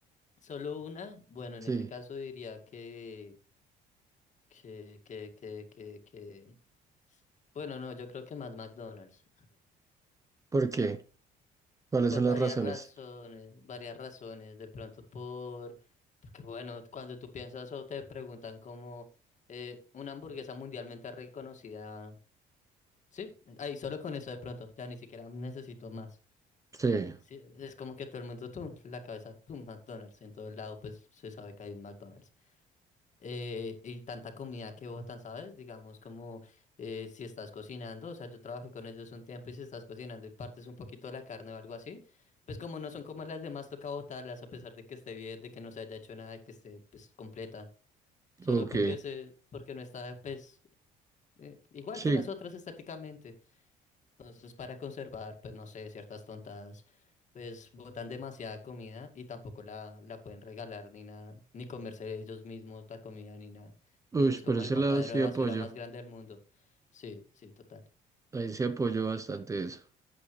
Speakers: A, on the left; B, on the right.
A: solo una. Bueno, en
B: Sí.
A: ese caso diría que, que, que, que, que, que. Bueno, no, yo creo que más McDonald's.
B: ¿Por qué? ¿Cuáles
A: Por
B: son
A: varias
B: las razones?
A: razones, varias razones. De pronto por, porque bueno, cuando tú piensas o te preguntan como eh, una hamburguesa mundialmente reconocida. Sí, ahí solo con eso de pronto, ya ni siquiera necesito más.
B: Sí,
A: Sí, es como que todo el mundo, tú, la cabeza, tú, McDonald's, en todo lado pues se sabe que hay un McDonald's. Eh, y tanta comida que botan, ¿sabes? Digamos como eh, si estás cocinando, o sea, yo trabajé con ellos un tiempo y si estás cocinando y partes un poquito de la carne o algo así, pues como no son como las demás, toca botarlas a pesar de que esté bien, de que no se haya hecho nada, de que esté pues completa, solo
B: ok.
A: porque, se, porque no está pues eh, igual
B: Sí,
A: que las otras estáticamente. Entonces, para conservar, pues no sé, ciertas tontadas, pues botan demasiada comida y tampoco la, la pueden regalar ni nada, ni comerse ellos mismos la comida ni nada. Entonces,
B: uy,
A: es como
B: por ese
A: el botadero
B: lado sí
A: de
B: apoyo.
A: basura más grande del mundo. Sí, sí, total.
B: Ahí sí apoyo bastante eso.